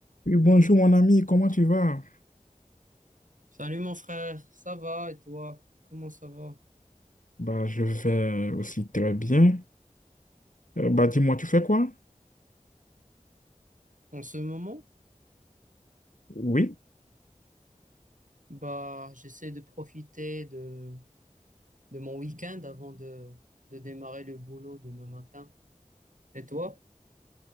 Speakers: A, on the left (about 70°); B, on the right (about 70°).
A: Oui, bonjour mon ami, comment tu vas?
B: Salut mon frère, ça va et toi? Comment ça va?
A: Bah, je vais aussi très bien. Euh, bah, dis-moi, tu fais quoi?
B: En ce moment,
A: Oui,
B: bah, j'essaie de profiter de, de mon week-end avant de, de démarrer le boulot demain matin. Et toi?